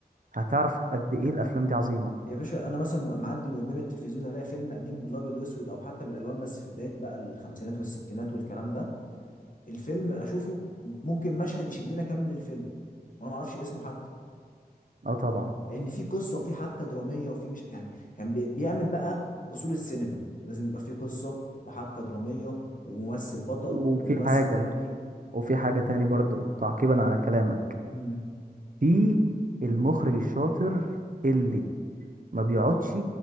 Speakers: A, on the right; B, on the left.
A: هتعرف قد ايه الافلام دي عظيمة
B: يا باشا انا مثلا ببقى معدي من قدام التلفزيون الاقي فيلم قديم بالابيض واسود او حتى بالالوان بس في بدايه بقى الخمسينات والستينات والكلام ده الفيلم اشوفه ممكن مشهد يشدني اكمل الفيلم وانا ما اعرفش اسمه حتى
A: اه طبعا
B: لان في قصه وفي حبكه دراميه وفي مش يعني كان بي- بيعمل بقى اصول السينما لازم يبقى في قصه وحبكه دراميه وممثل بطل
A: وفي
B: وممثل
A: حاجة
B: جانبي
A: وفي حاجة
B: اه
A: تاني برضو تعقيبا على كلامك
B: امم
A: في المخرج الشاطر اللي ما بيقعدش